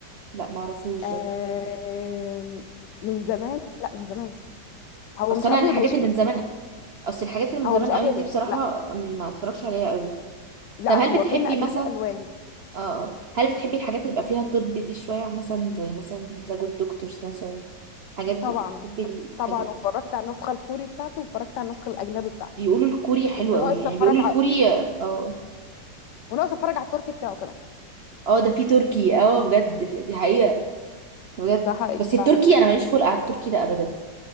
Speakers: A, on the right; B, on the left.
A: لا معرفوش
B: آه
A: ده
B: من زمان لا من زمان هو
A: اصل
B: مش
A: انا
B: ابيض
A: الحاجات
B: واسود
A: اللي من زمان اصل الحاجات اللي من
B: هو
A: زمان
B: مش ابيض
A: قوي دي
B: واسود
A: بصراحة
B: لا
A: ما اتفرجش عليها قوي
B: لا
A: طب هل
B: هو
A: بتحبي
B: فيلم اجنبي
A: مثلا
B: الوان
A: اه آه. هل بتحبي الحاجات اللي بيبقى فيها طب دي شوية مثلا زي مثلا ذا جود دكتورز مثلا الحاجات دي
B: طبعا
A: بتحبي
B: طبعا
A: الحاجات
B: واتفرجت على النسخه الكوري بتاعته واتفرجت على النسخه الاجنبي بتاعته
A: بيقولوا الكوري
B: وكنت
A: حلو
B: ناقص
A: قوي يعني
B: اتفرج
A: بيقولوا
B: على
A: الكوري اه
B: وناقص اتفرج على التركي بتاعه كمان
A: اه ده في تركي اه بجد ف- دي حقيقة بجد
B: ده حقيقي
A: بس التركي
B: ف...
A: انا ماليش خلق على التركي ده ابدا